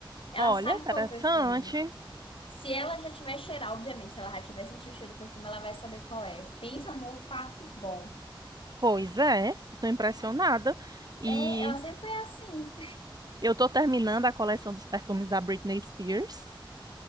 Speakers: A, on the left (about 85°); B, on the right (about 50°).
A: Ela
B: Olha,
A: sabe
B: interessante.
A: qual é o perfume. Se ela já tiver cheirar obviamente, se ela já tiver sentido o cheiro do perfume, ela vai saber qual é. Pensa num olfato bom.
B: Pois é, tô impressionada. E
A: É, ela sempre foi assim.
B: eu tô terminando a coleção dos perfumes da Britney Spears,